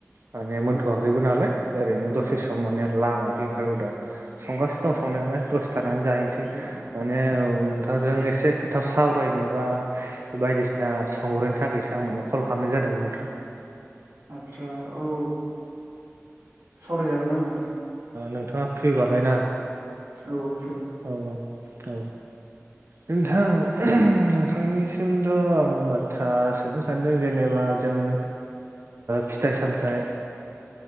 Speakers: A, on the right; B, on the right.
A: माने मोनथ'वाखैबो
B: औ
A: नालाय ओरैनो
B: औ
A: दसे सम माने लामायाखै ओंखारबोदां। संगासिनो
B: औ
A: दं संनायालाय दसे थानानै जाहैनोसै
B: आदसा ओ
A: माने औ नोंथां। जों एसे खोथा सावरायनोबा बायदिसिना सोंहरनो थाखायसो आं माने कल खालामनाय जादोंमोन नोंथां।
B: आदसा औ सावरायजागोन <unintelligible> दे।
A: नोंथाङा फ्रि बालाय ना?
B: औ फ्रि।
A: औ औ। नोंथां नोंथांनिसिमथ' आं बाथ्रा सोंनो सानदों जेनेबा। जोङो फिथाइ- सामथाइ,